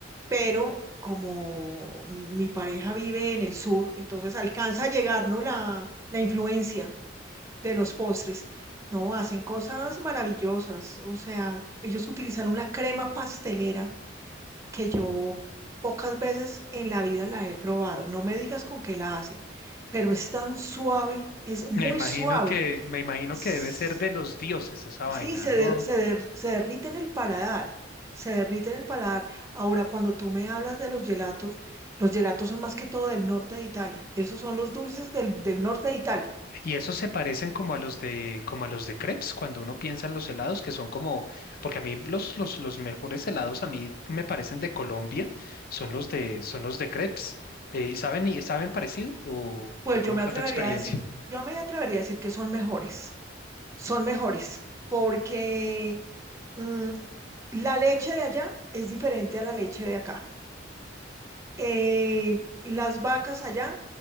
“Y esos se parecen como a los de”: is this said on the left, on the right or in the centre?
Left